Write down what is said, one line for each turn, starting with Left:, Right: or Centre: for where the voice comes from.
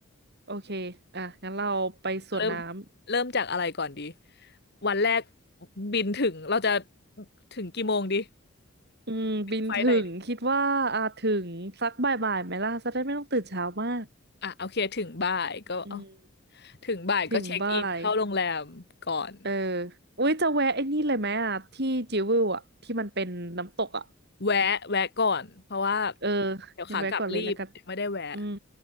Right: โอเค อ่ะ งั้นเราไปสวนน้ำ
Left: เริ่มเริ่มจากอะไรก่อนดีวันแรกบินถึงเราจะถึงกี่โมงดี
Right: อืมบินถึงคิดว่าอ่ะถึงสักบ่ายๆไหมล่ะจะได้ไม่ต้องตื่นเช้ามาก
Left: ไฟล์ไหนอ่ะโอเคถึงบ่ายก็เอา
Right: อืม
Left: ถึงบ่ายก็เช็คอินเข้าโรงแรมก่อน
Right: ถึงบ่ายเอออุ้ยจะแวะไอ้นี่เลยไหมอ่ะที่จิวเวลอ่ะที่มันเป็นน้ำตกอ่ะ
Left: แวะแวะก่อนเพราะว่า
Right: เออ
Left: เดี๋ยวขากลับรีบไม่ได้แวะ
Right: งั้นแวะก่อนเลยแล้วกัน อืม